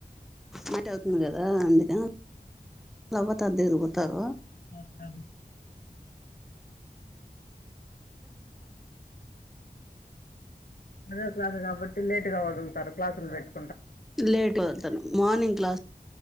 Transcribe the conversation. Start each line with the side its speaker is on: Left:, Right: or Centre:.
Centre: లేట్ అవుతుంది కదా అందుకని వాళ్ళ అవ్వ దగిరిపోతారు
Left: అ అదే క్లాస్ కాబట్టి లేటుగావదులుతారు క్లాసులు పెట్టి
Centre: లేట్గా వస్తాను మార్నింగ్ క్లాస్